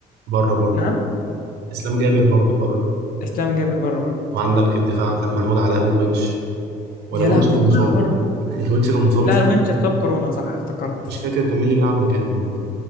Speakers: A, on the right; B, on the left.
A: بره برضو
B: نعم
A: اسلام جابر برضو بره
B: اسلام جابر بره برضه
A: وعندك في الدفاع كان محمود علاء والونش ولا
B: يا
A: الونش
B: لهوي
A: كان
B: ده كله
A: مصاب
B: بره
A: <laughs> الونش كان مصاب مش
B: لا
A: فاكر
B: الونش اتصاب كورونا صح افتكرت
A: مش فاكر كان مين اللي بيلعب مكانه والله